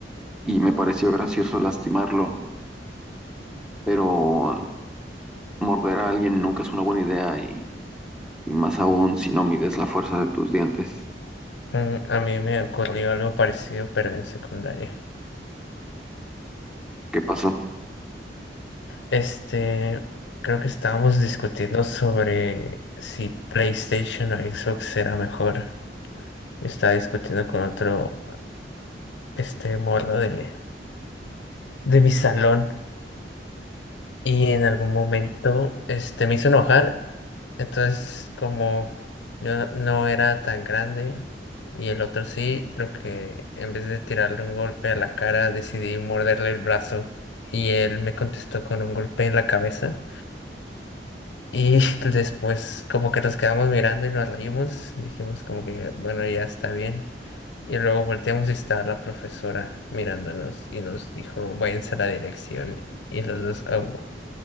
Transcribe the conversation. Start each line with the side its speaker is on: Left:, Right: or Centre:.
Centre: y me pareció gracioso lastimarlo. pero morder a alguien nunca es una buena idea y, y más aún si no mides la fuerza de tus dientes.
Left: Mm, a mí me ocurrió algo parecido, pero en secundaria.
Centre: ¿Qué pasó?
Left: Este, creo que estábamos discutiendo sobre si PlayStation o Xbox era mejor. Yo estaba discutiendo con otro, este, morro de, de mi salón. y en algún momento este, me hizo enojar. Entonces, como yo no era tan grande y el otro sí, lo que en vez de tirarle un golpe a la cara, decidí morderle el brazo y él me contestó con un golpe en la cabeza. Y <laughs> después como que nos quedamos mirando y nos reímos, dijimos como que bueno, ya está bien. Y luego volteamos y estaba la profesora mirándonos y nos dijo, váyanse a la dirección. Y los dos, oh,